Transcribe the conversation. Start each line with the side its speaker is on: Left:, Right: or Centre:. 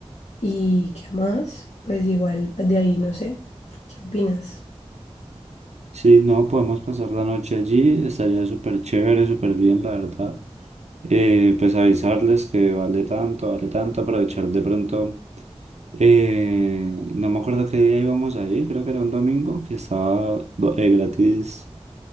Left: y qué más, pues igual pues, de ahí no sé, ¿qué opinas?
Right: sí no, podemos pasar la noche allí, estaría súper chévere, súper bien, la verdad. Eh, pues avisarles que vale tanto, vale tanto, aprovechar de pronto. Eh, no me acuerdo qué día íbamos a ir, creo que era un domingo, que estaba do- eh, gratis